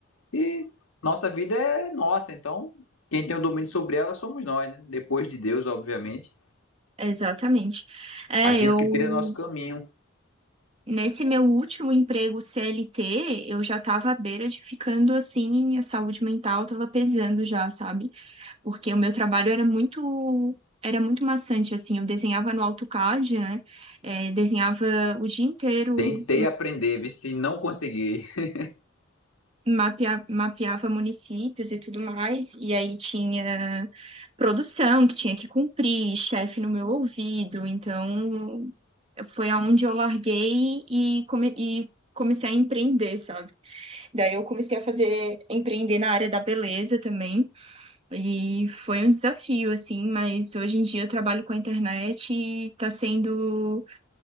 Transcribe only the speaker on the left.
E nossa vida é nossa, então quem tem o domínio sobre ela somos nós, né? Depois de Deus, obviamente.
A gente
que trilha nosso caminho.
Tentei aprender, vi se não consegui. <laughs>